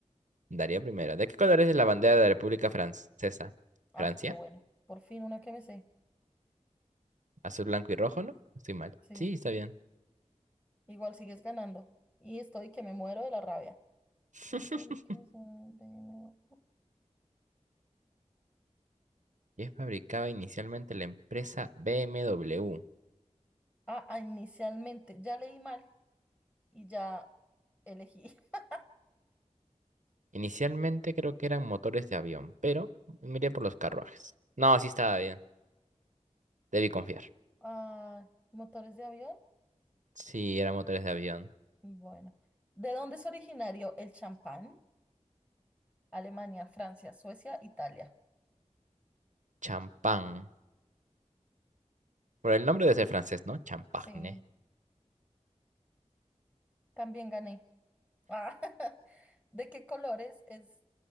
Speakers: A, on the right; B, on the left.
A: Daría primero. ¿De qué colores es la bandera de la República Francesa?
B: Ah,
A: ¿Francia?
B: qué bueno. Por fin una que me sé.
A: Azul, blanco y rojo, ¿no? Estoy mal.
B: Sí,
A: Sí, está bien.
B: igual sigues ganando. Y estoy que me muero de la rabia. ¿Qué
A: <laughs>
B: fue que hizo? el primero?
A: Y es fabricada inicialmente la empresa BMW.
B: Ah, ah, inicialmente. Ya leí mal y ya elegí. <laughs>
A: Inicialmente creo que eran motores de avión, pero miré por los carruajes. No, sí estaba bien. Debí confiar.
B: Ah, motores de avión.
A: Sí, eran motores de avión.
B: Bueno. ¿De dónde es originario el champán? Alemania, Francia, Suecia, Italia.
A: Champán. Por el nombre debe ser francés, ¿no? Champagne.
B: Sí, también gané. Ah, <laughs> ¿de qué colores es